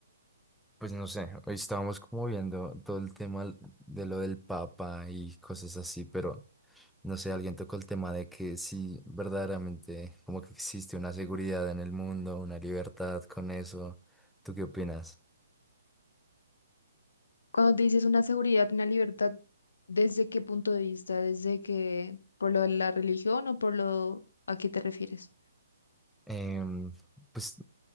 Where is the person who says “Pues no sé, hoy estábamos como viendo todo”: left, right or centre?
Centre